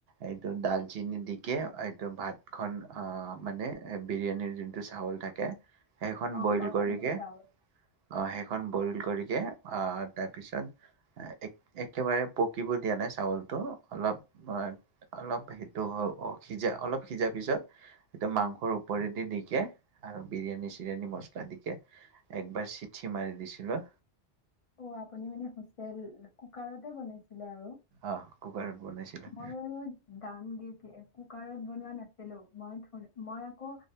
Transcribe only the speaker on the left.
অ',
বাচমতি
চাউল।
উম।
অ', আপুনি মানে হুইচেল কুকাৰতে বনাইছিলে আৰু।
মই বাৰু দাম দি কি এ, কুকাৰত বনোৱা নাছিলোঁ মই <unintelligible> মই আকৌ